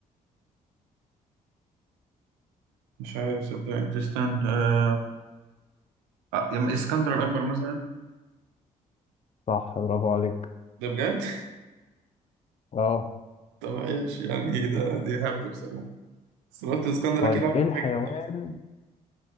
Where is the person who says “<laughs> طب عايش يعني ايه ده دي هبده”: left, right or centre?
Right